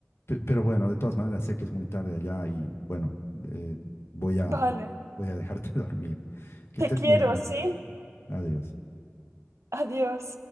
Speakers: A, on the left; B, on the right.
A: pe- pero bueno, de todas maneras sé que es muy tarde allá y bueno, eh, voy a,
B: Vale,
A: voy a dejarte <laughs> dormir. Que
B: te
A: estés
B: quiero,
A: muy bien.
B: ¿sí?
A: Adiós.
B: Adiós.